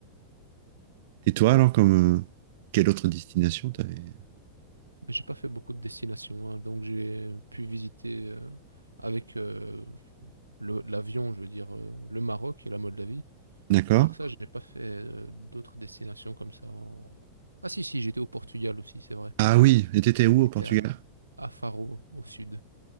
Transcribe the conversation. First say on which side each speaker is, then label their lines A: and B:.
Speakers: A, on the right; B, on the right.
A: Et toi, alors, comme euh, quelle autre destination t'avais?
B: Mais j'ai pas fait beaucoup de destinations, hein. donc j'ai pu visiter euh, avec euh, le- l'avion, je veux dire, euh, le Maroc et la Moldavie.
A: D'accord?
B: À part ça, j'ai pas fait euh, d'autres destinations comme ça. en- Ah si, si, j'étais au Portugal aussi, c'est vrai.
A: Ah oui, et t'étais où
B: J'étais
A: au Portugal?
B: à, à Faro, au sud.